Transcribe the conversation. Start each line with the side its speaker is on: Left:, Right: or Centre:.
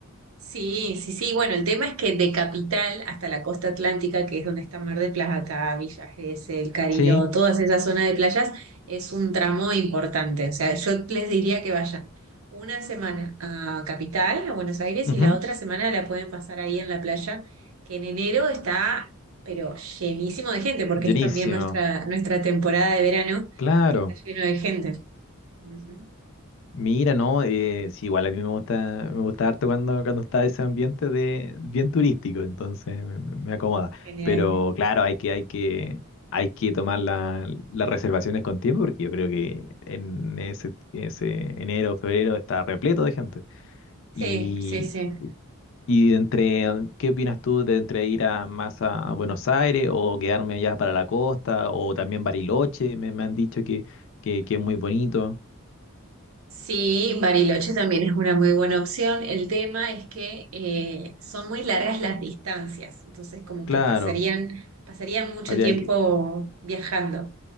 Right: Sí, sí, sí. Bueno, el tema es que de Capital hasta la costa atlántica, que es donde está Mar del Plata, Villa Gesell, Cariló,
Left: Sí,
Right: todas esas zonas de playas, es un tramo importante. O sea, yo les diría que vayan una semana a Capital, a Buenos Aires,
Left: ujú,
Right: y la otra semana la pueden pasar ahí en la playa, que en enero está, pero llenísimo de gente, porque
Left: Buenísimo.
Right: es también nuestra, nuestra temporada de verano,
Left: Claro,
Right: que está lleno de gente. Ujú.
Left: mira, no, eh, sí, igual a mí me gusta, me gusta harto cuando, cuando está ese ambiente de bien turístico, entonces me, me- me acomoda.
Right: Genial.
Left: Pero claro, hay que, hay que, hay que tomar la- las reservaciones con tiempo, porque yo creo que en ese, ese enero o febrero está repleto de gente.
Right: Sí,
Left: Y,
Right: sí, sí.
Left: y entre, ¿qué opinas tú de entre ir a más a, a Buenos Aires o quedarme ya para la costa o también Bariloche? Me, me han dicho que, que, que es muy bonito.
Right: Sí, Bariloche también es una muy buena opción. El tema es que eh, son muy largas las distancias, entonces como
Left: Claro.
Right: que pasarían, pasarían mucho
Left: Habría
Right: tiempo
Left: que,
Right: viajando.